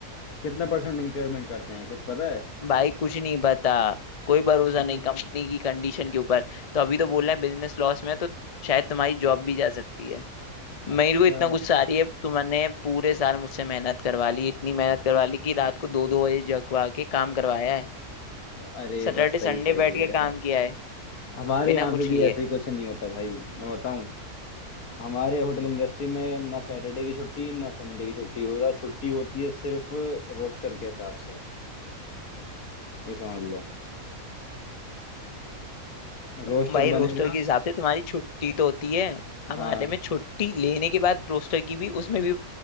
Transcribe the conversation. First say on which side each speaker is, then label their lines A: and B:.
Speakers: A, on the left (about 75°); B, on the left (about 50°).
A: कितना परसेंट इंक्रीमेंट करते हैं कुछ पता है
B: भाई कुछ नहीं पता कोई भरोसा
A: <laughs>
B: नहीं कंपनी की कंडीशन के ऊपर तो अभी तो बोल रहे हैं बिजनेस लॉस में है, तो शायद तुम्हारी जॉब भी जा सकती है मेरे
A: अच्छा
B: को इतना गुस्सा आ रही है तुमने पूरे साल मुझसे मेहनत करवा ली इतनी मेहनत करवा ली कि रात को दो दो बजे जगवा के काम करवाया है
A: अरे
B: सैटरडे
A: बस सही
B: संडे
A: सही
B: बैठ
A: है
B: के काम किया है
A: हमारे
B: बिना
A: यहाँ पे
B: कुछ
A: भी
B: लिए
A: ऐसे ही कुछ नहीं होता भाई मैं बताऊं हमारे होटल इंडस्ट्री में ना सैटरडे की छुट्टी ना संडे की छुट्टी होता छुट्टी होती है सिर्फ रोस्टर के हिसाब से ये समझ लो
B: भाई
A: रोस्टर
B: रोस्टर
A: बनेगा
B: के हिसाब से तुम्हारी छुट्टी तो होती है हमारे
A: हाँ
B: में छुट्टी लेने के बाद रोस्टर की भी उसमें भी